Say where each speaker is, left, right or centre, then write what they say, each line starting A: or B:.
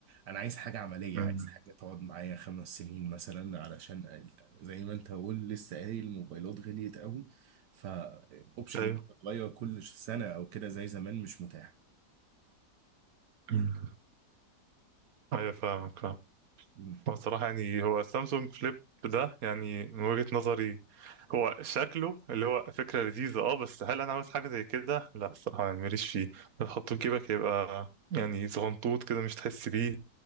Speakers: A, on the right; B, on the right.
A: أنا عايز حاجة عملية
B: مم.
A: عايز حاجة تقعد معايا خمس سنين مثلا علشان أقل- زي ما أنت قول لسه قايل الموبايلات غليت قوي فأوبشن
B: أيوه
A: تتغير كل سنة أو كده زي زمان مش متاح
B: أمم. أيوه فاهمك فاهمك.
A: مم.
B: هو الصراحة يعني هو السامسونج فليب ده يعني من وجهة نظري هو شكله اللي هو فكرة لذيذة اه بس هل أنا عاوز حاجة زي كده؟ لا الصراحة يعني ماليش فيه تحطه في جيبك يبقى يعني زغنطوط كده مش تحس بيه